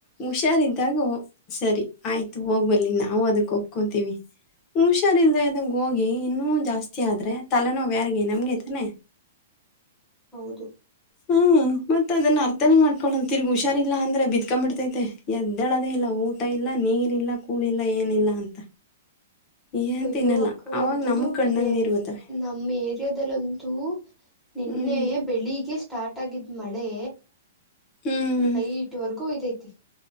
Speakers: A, on the left; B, in the centre.
A: ಹುಷಾರಿದ್ದಾಗ ಸರಿ ಆಯ್ತು ಹೋಗ್ಬಲಿ ನಾವು ಅದಕ್ಕ ಒಪ್ಕೊತೀವಿ. ಹುಷಾರಿಲ್ದೇ ಇದ್ದಾಗ ಹೋಗಿ ಇನ್ನೂ ಜಾಸ್ತಿ ಆದ್ರೆ ತಲೆ ನೋವ್ ಯಾರ್ಗೆ ನಮ್ಗೆತಾನೆ.
B: ಹೌದು.
A: ಹ್ಮ್ ಮತ್ತ ಅದನ್ನ ಅರ್ಥನೇ ಮಾಡ್ಕೊಳ್ಳ ತಿರ್ಗ ಹುಷಾರಿಲ್ಲಾ ಅಂದ್ರೆ ಬಿದ್ಕೊಂಡ್ಬಿಡ್ತೈತೆ ಎದ್ದೆಳದೇ ಇಲ್ಲ. ಊಟ ಇಲ್ಲ ನಿರಿಲ್ಲ ಕೂಳ್ ಇಲ್ಲ ಏನಿಲ್ಲ ಅಂತ. ಏನ್
B: ಅಯ್ಯೋ
A: ತಿನ್ನಲ್ಲ
B: ಅಕ್ಕವ
A: ಅವಾಗ
B: ಎಂತದುಪಿನ್ನೇ
A: ನಮ್ ಕಣ್ಣಲ್ಲಿ ನೀರ್ ಬರ್ತವೆ
B: ನಮ್ಮ ಏರಿಯಾದಲ್ಲಂತೂ. ನಿನ್ನೆ
A: ಹ್ಮ್
B: ಬೆಳಿಗ್ಗೆ ಸ್ಟಾರ್ಟ್ ಆಗಿದ್ ಮಳೆ
A: ಹ್ಮ್
B: ನೈಟ್ವರೆಗೂ ಇದೈತಿ